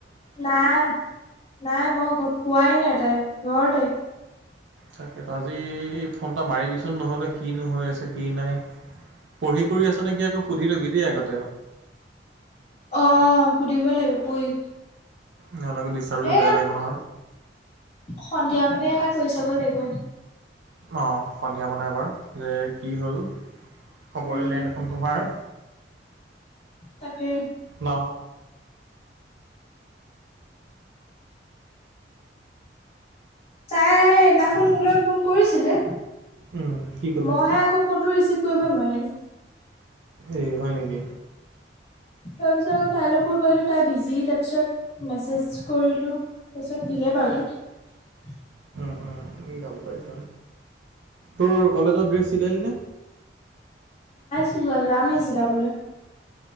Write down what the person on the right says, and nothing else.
তাকেতো আজি ফোন এটা মাৰিবিচোন নহ'লে কিনো হৈ আছে কি নাই পঢ়ি কৰি আছে নেকি আকৌ সুধি ল'বি দেই আগতে
নহলোগো ডাৰ
বেয়া লাগিব নহয়
অ সন্ধিয়া মানাই এবাৰ যে কি হ'ল খবৰে
নাই দেখোন তোমাৰ
ন
উম, কি ক'লে
এ হয় নেকি
অ গম পাইছ তোৰ কলেজৰ ড্ৰেছ চিলাইিল নে